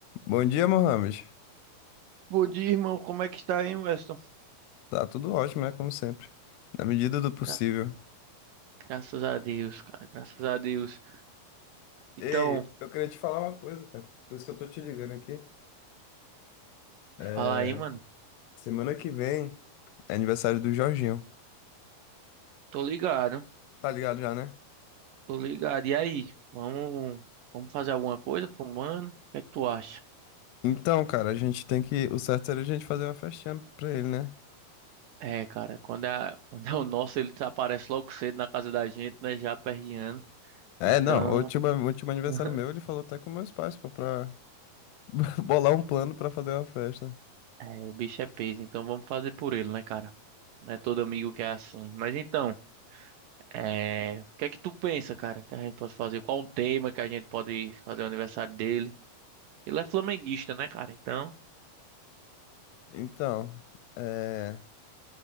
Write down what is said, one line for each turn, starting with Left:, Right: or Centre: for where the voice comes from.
Left: Bom dia, Mohamed.
Right: Bom dia, irmão. Como é que está aí, Weston?
Left: Tá tudo ótimo, né? Como sempre. Na medida do possível.
Right: Gra- graças a Deus, cara. Graças a Deus.
Left: Ei,
Right: Então,
Left: eu queria te falar uma coisa, cara. Por isso que eu tô te ligando aqui. É...
Right: fala aí, mano.
Left: Semana que vem é aniversário do Jorginho.
Right: Tô ligado.
Left: Tá ligado já, né?
Right: Tô ligado. E aí? Vamos, vamos fazer alguma coisa pro mano? O que é que tu acha?
Left: Então, cara, a gente tem que. O certo seria a gente fazer uma festinha pra ele, né?
Right: É, cara, quando é, <laughs> quando é o nosso, ele aparece logo cedo na casa da gente, né? Já perreando.
Left: É,
Right: Então,
Left: não. O último, o último aniversário
Right: <laughs>
Left: meu, ele falou até com meus pais, pô, pra <laughs> bolar um plano pra fazer uma festa.
Right: é, o bicho é peso. Então vamos fazer por ele, né, cara? Não é todo amigo que é assim. Mas então, é, o que é que tu pensa, cara, que a gente pode fazer? Qual o tema que a gente pode fazer o aniversário dele? Ele é flamenguista, né, cara? Então,
Left: Então, é.